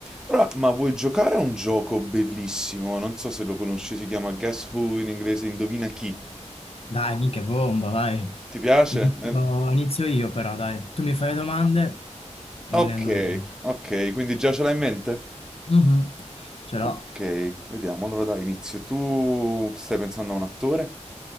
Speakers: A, in the centre; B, on the left.
A: Però, ma vuoi giocare a un gioco bellissimo? Non so se lo conosci, si chiama Guess Who in inglese, Indovina chi.
B: Dai, minchia bomba, vai.
A: Ti piace?
B: Inizio,
A: Eh,
B: inizio io però, dai. Tu mi fai le domande e
A: Ok,
B: me ne ando io.
A: ok, quindi già ce l'hai in mente?
B: Mhm. Ce l'ho.
A: Ok, vediamo. Allora dai, inizio. Tu stai pensando a un attore?